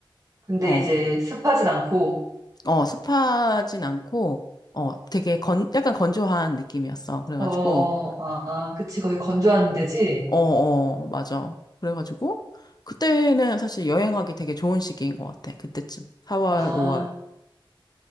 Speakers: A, on the right; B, on the left.
A: 근데
B: 어,
A: 이제 습하진 않고,
B: 어, 습하진 않고, 어, 되게 건, 약간 건조한 느낌이었어. 그래가지고,
A: 어, 어, 아, 아, 그치. 거의 건조한 데지?
B: 어, 어, 맞아. 그래가지고, 그때는 사실 여행하기 되게 좋은 시기인 것 같아. 그때쯤. 4월,
A: 아,
B: 5월.